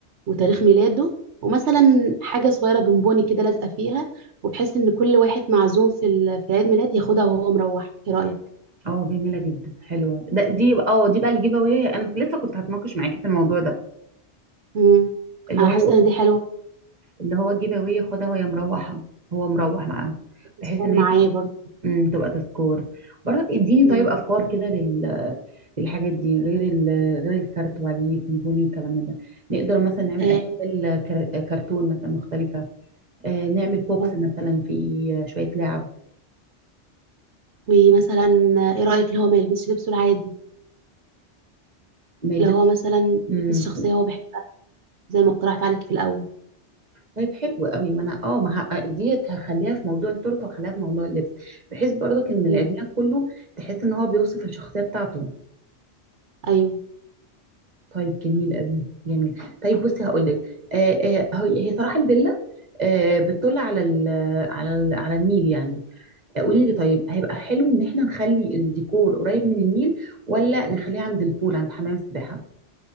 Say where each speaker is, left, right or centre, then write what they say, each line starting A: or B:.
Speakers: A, on the right (about 75°); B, on the right (about 40°).
A: وتاريخ ميلاده ومثلا حاجه صغيره بونبوني كده لازقه فيها وبحيث ان كل واحد معزوم في ال- في عيد ميلاد ياخدها وهو مروح ايه رايك
B: اه جميله جدا حلوه ده دي اه دي بقى الجيف اواي انا لسه كنت هتناقش معاكي في الموضوع ده
A: امم
B: اللي
A: انا
B: هو
A: حاسه ان دي حلوه
B: اللي هو الجيب اواي خدها وهي مروحه هو مروح معاها
A: تذكار
B: بحيث ان
A: معاه
B: هي تبقى
A: برضه
B: أمم، تبقى تذكار برضك اديني
A: مم.
B: طيب افكار كده لل للحاجات دي غير ال... غير الكارت وعليه فونفوني والكلام من ده نقدر مثلا نعمل
A: اه
B: اشكال كر... كرتون مثلا مختلفه آه نعمل بوكس
A: آه.
B: مثلا فيه شويه لعب
A: ومثلا آه، ايه رأيك اللي هو ما يلبسش لبسه العادي
B: ما
A: اللي
B: يلبس
A: هو مثلا
B: أمم،
A: يلبس شخصية هو بيحبها زي ما اقترحت عليك في الأول
B: طيب حلو قوي ما انا اه ما ه- ديت هخليها في موضوع التورته وهخليها في موضوع اللبس بحيث برضك ان
A: مم.
B: العيدميلاد كله تحس ان هو بيوصف الشخصيه بتاعته
A: ايوه
B: طيب جميل قوي جميل طيب بصي هقول لك آه آه هي هي صراحه الفيلا آه بتطل على ال على ال على النيل يعني آه، قولي لي طيب هيبقى حلو ان احنا نخلي الديكور قريب من النيل ولا نخليه عند البول عند حمام السباحه